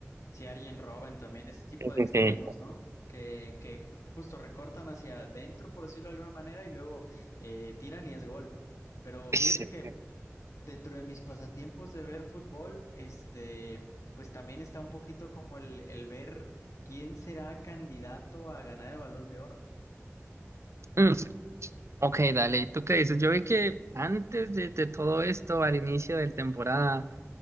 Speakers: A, on the left (about 85°); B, on the right (about 65°).
A: si Arjen Robben también, ese tipo
B: Sí,
A: de
B: sí,
A: extremos,
B: sí.
A: ¿no? Que, que justo recortan hacia adentro, por decirlo de alguna manera, y luego eh, tiran y es gol. Pero fíjate
B: Sí, sí,
A: que
B: sí.
A: Dentro de mis pasatiempos de ver fútbol, este, pues también está un poquito como el, el ver quién será candidato a ganar el Balón de Oro.
B: Mm. Ok, dale, ¿y tú qué dices? Yo vi que antes de, de todo esto, al inicio de la temporada,